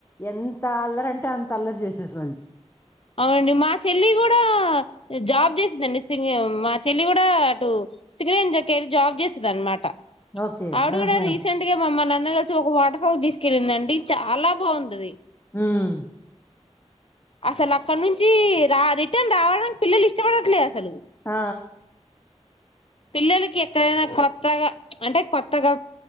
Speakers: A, on the left; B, on the left.
A: ఎంత అల్లరి అంటే అం అల్లరి చేశారు వాల్
B: అవునండి మా చెల్లి కూడా జాబ్ చేసందండి సి మా చెల్లి కూడా అటు సింగరేం వెళ్ళి జాబ్ చేసిది అనమాట
A: ఓకే.
B: ఆవుడు
A: ఆహా!
B: కూడాడ రీసెంట్గా మమ్మ నా అందరు కలిసి ఒక వాటర్ ఫాల్ తీసుకెళ్ళింది అండి చాలా బాగుంది అది
A: హమ్
B: అసలు అక్కడ నుంచి రా ర రావాలనికి పిల్లలు ఇష్టపడట్లేదు అసలు
A: ఆ
B: పిల్లలకి ఎక్కడైనా కొత్తగ అంటే కొత్తగా